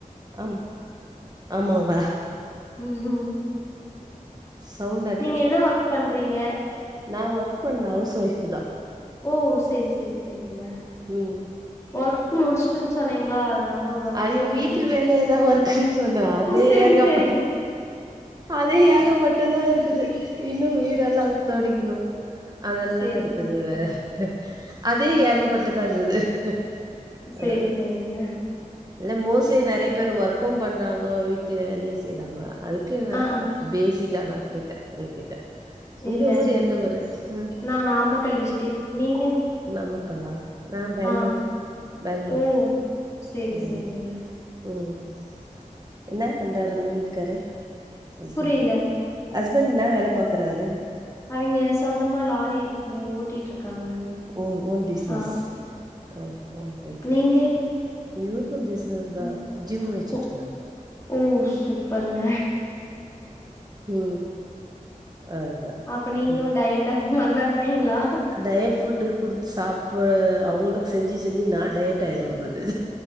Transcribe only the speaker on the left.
ம்ஹ்ம்.
நீங்க என்ன ஒர்க் பண்றீங்க
ஓ செரி செரி செரிங்க
ஒர்க் முடிச்சுட்டுன்னு சொன்னீங்களா அதனாலதா ஒர்க்
பண்றீங்
செரி
செரிங்க.
செரி
செரிங்க.
செரி
செரிங்க.
ஆ ஆ
இல்ல
இல்லங்க.
நா நாமக்கல் டிஸ்ட்டிக் நீங்க
ஆ
ஓ! சரி,
சரிங்க.
புரியல.
அவிங்க சொந்தமா லாரி இருக்கு ஓட்டிட்ருக்காங்க
ஆ,
நீங்க?
ம்.
ஓ ஓ சூப்பருங்க
அப்ப நீங்ளு
டயட் அந்த மாரிலா இருப்பீங்ளா